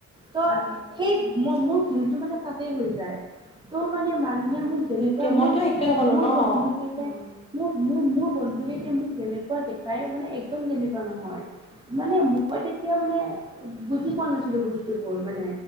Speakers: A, on the right; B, on the left.
A: ত'
B: উম উম
A: সেই
B: উম
A: ম মোৰ ভুলটো মানে তাতেই হৈ যায় ত মানে মানুহে মোক তেনেকুৱা
B: সেইটোৱে
A: মোৰ
B: মইতো সেইটোৱে
A: ফ্ৰেণ্ড
B: ক'লো
A: মোৰ
B: ন
A: বন্ধুকেইটাই
B: উম
A: মোক মোৰ মোৰ বন্ধুৱে এতিয়া মোক যেনেকুৱা দেখাই মানে একদম তেনেকুৱা নহয়। মানে মই তেতিয়া মানে বুজি পোৱা নাছিলোঁ বস্তুবোৰ মানে।